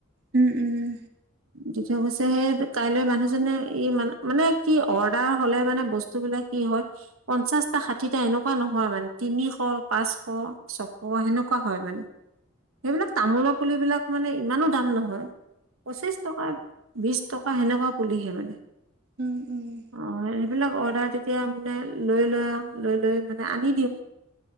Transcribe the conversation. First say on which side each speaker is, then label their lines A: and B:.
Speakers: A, on the right; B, on the right.
A: উম উম
B: দি্ব থ গৈছে সেই কাইলৈ মানুহজনে ই মান মানে কি অৰ্ডাৰ হ'লে মানে বস্তু বিলাক কি হয়। পঞ্চাশটা ষাঠিটা এনেকুৱা নহয় মানে তিনিশ পাঁচশ ছশ সেনেকুৱা হয় মানে সেইবিলাক তামোলৰ পুলিবিলাক মানে ইমানো দাম নহয় পঁচিশ টকা বিশ টকা সেনেকুৱা পুলিহে মানে।
A: উম', উম'
B: অ' সেইবিলাক অৰ্ডাৰ তেতিয়া মানে লৈ লৈ আৰু লৈ লৈ মানে আনি দিও